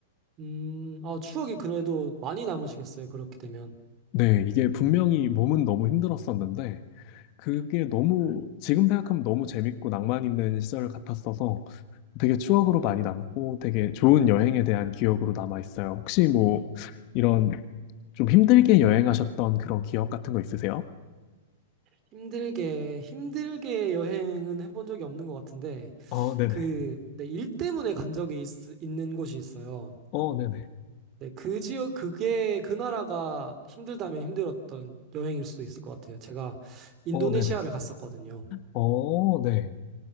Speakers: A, on the right (about 35°); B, on the left (about 45°).
A: 음, 아, 추억이 그래도 많이 남으시겠어요? 그렇게 되면.
B: 네, 이게 분명히 몸은 너무 힘들었었는데 그게 너무 지금 생각하면 너무 재밌고 낭만 있는 시절 같았어서 되게 추억으로 많이 남고 되게 좋은 여행에 대한 기억으로 남아 있어요. 혹시 뭐 이런 좀 힘들게 여행하셨던 그런 기억 같은 거 있으세요?
A: 힘들게, 힘들게 여행은 해본 적이 없는 것 같은데,
B: 어, 네네.
A: 그, 네, 일 때문에 간 적이 있, 있는 곳이 있어요.
B: 어, 네네.
A: 네, 그 지역, 그게, 그 나라가 힘들다면 힘들었던 여행일 수도 있을 것 같아요. 제가 인도네시아를
B: 어, 네네.
A: 갔었거든요.
B: 어, 네.